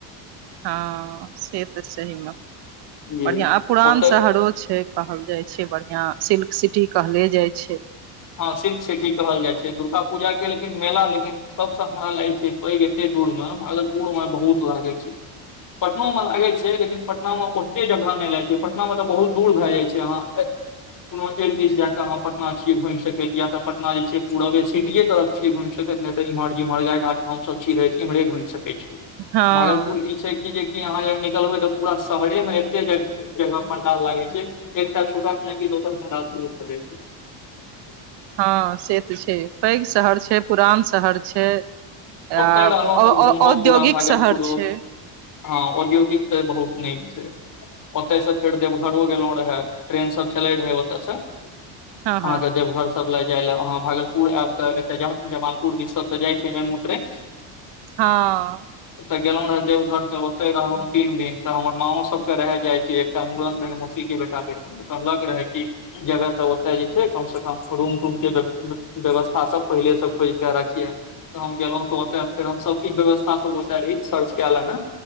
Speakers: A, on the right (about 55°); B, on the left (about 40°).
A: हँ से तऽ सहीमे
B: जी
A: बढ़िआँ आ पुरान
B: ओतय
A: शहरो छै कहल जाइ छै बढ़ियां सिल्क सिटी कहले जाइ छै
B: हँ सिल्क सिटी कहल जाइ छै दुर्गा पूजाके लेकिन मेला लेकिन सबसे हमरा लागै छै पैघ एते दूर मे भागलपुर मे बहुत लागे छै पटनो मे लागै छै लेकिन पटना मे ओते जगह नहि लागै छै पटना मे तऽ बहुत दूर भए जाय छै अह कोनो एक दिस जयाक अहाँ पटना छी घुम सकैत या त पटना जे पूवे सिटीे तरफ छिय घुम सकैत त इमहर इमहरे घाट हमस छी रहे इम्हरे घुमि सकै छी
A: हँ
B: भागलपुर ई छै कि जे यहाँ निकलबै तऽ पूरा शहरे मे एते पंडाल लागे छै एकटा छूट दोसर पंडाल शुरू करै छै जी
A: हँ से तऽ छै पैघ शहर छै पुरान शहर छै आ
B: ओते रहलहुं त घुमलहु
A: औद्योगिक
B: पूरा भागलपुरो
A: शहर छै
B: हँ औद्योगिक से बहुत नीक छै ओतय से फेर देवघरो गेलो रहे ट्रेन सब चले रहै ओतय से अहाँके
A: हँ हँ
B: देवघर सब ले जाय ले अहाँ उ आब तऽ ए जमालपुर दि सबसँ जाइ छै मेम उ ट्रेन
A: हँ
B: ओतऽ गेलहुं रहे देवघर तऽ ओते रहलहुँ तीन दिन तऽ हमर माँओ सबके रहि जाइ छै मड़न मौसी के बेटाबे कहलक रहै कि जेबे से ओते जे छै कम से कम रूम तूम के व्यवस्था सब पहिले सब खोज राखिय तऽ हम गेलहुं तऽ ओत फेर हमस ई व्यवस्था सबते सर्च कए ले ने